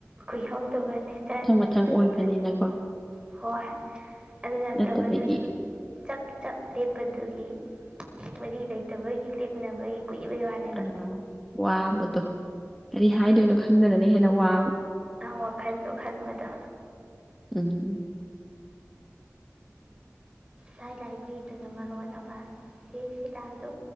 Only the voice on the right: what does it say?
ꯈꯍꯧꯗꯕꯅꯦ ꯖꯔ ꯖꯔꯠ
ꯐꯅꯤ ꯍꯣꯏ ꯑꯗꯨ ꯅꯠꯇꯕꯗ
ꯁꯨꯝ ꯆꯞ ꯆꯞ ꯂꯦꯞꯄꯗꯨꯒꯤ ꯃ ꯂꯩꯇꯕꯒꯤ ꯂꯦꯞꯅꯕꯒꯤ ꯀꯨꯏꯕꯩ ꯋꯥꯅꯦꯕ
ꯑ ꯋꯥꯈꯟ ꯈꯟꯕꯗꯣ
ꯉꯥꯏ ꯂꯥꯏꯕ꯭ꯔꯦꯔꯤꯗꯨꯅ ꯃꯔꯣꯟ ꯑꯃ ꯆꯦ ꯁꯤꯂꯥꯗ